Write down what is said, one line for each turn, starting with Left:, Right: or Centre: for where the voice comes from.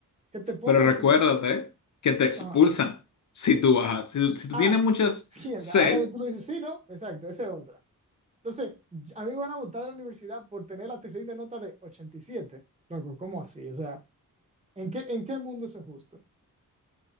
Right: que te pone
Left: pero
Right: a
Left: recuérdate
Right: ti.
Left: que te expulsan
Right: Ajá,
Left: si tú bajas, si, tú- si tú
Right: ah,
Left: tienes muchas
Right: mierda.
Left: C
Right: Ahora que tú lo dices, sí, ¿no? Exacto, esa es otra. Entonces, a mí me van a votar de la universidad por tener la terrible nota de 87. Loco, ¿cómo así? O sea, ¿En qué, en qué mundo eso es justo?